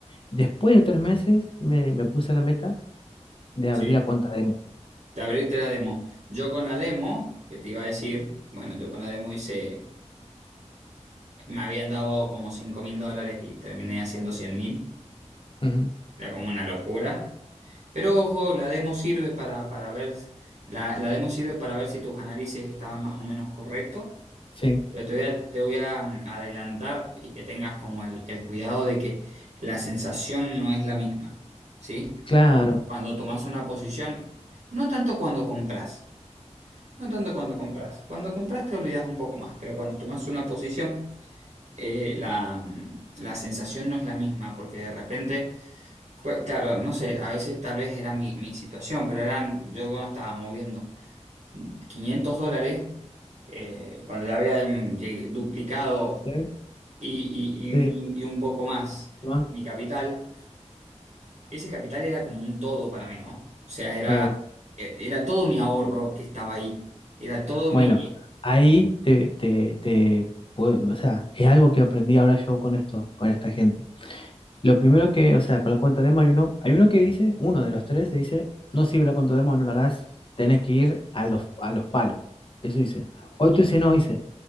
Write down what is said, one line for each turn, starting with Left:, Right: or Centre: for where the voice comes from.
Left: Después de tres meses me, me puse la meta de abrir
Right: Sí,
Left: la cuenta demo.
Right: de abrirte la demo. Yo con la demo, que te iba a decir, bueno, yo con la demo hice, me habían dado como cinco mil dólares y terminé haciendo cien mil,
Left: Ujú,
Right: era como una locura. Pero ojo, la demo sirve para, para ver, la, la demo sirve para ver si tus análisis estaban más o menos correctos,
Left: Sí,
Right: pero te voy a, te voy a mm, adelantar y que tengas como el, el cuidado de que la sensación no es la misma, ¿sí?
Left: claro.
Right: Cuando tomas una posición, no tanto cuando compras, no tanto cuando compras, cuando compras te olvidas un poco más, pero cuando tomas una posición, eh, la, mm, la sensación no es la misma, porque de repente... Cu- Claro, no sé, a veces tal vez era mi, mi situación, pero eran, yo cuando estaba moviendo 500 dólares, eh, cuando ya había mm, lleg- duplicado
Left: Sí,
Right: y, y- y
Left: sí,
Right: un, y un poco más
Left: ¿no?
Right: mi capital, ese capital era como un todo para mí, ¿no? O sea, era,
Left: claro.
Right: e- era todo mi ahorro que estaba ahí, era todo
Left: Bueno,
Right: mi...
Left: ahí te, te, te pue- o sea, es algo que aprendí ahora yo con esto, con esta gente. Lo primero que, o sea, con la cuenta demo hay uno, hay uno que dice, uno de los tres se dice, no sirve la cuenta demo, no la hagas, tenés que ir a los, a los palos. Eso dice. Otro dice, no, dice,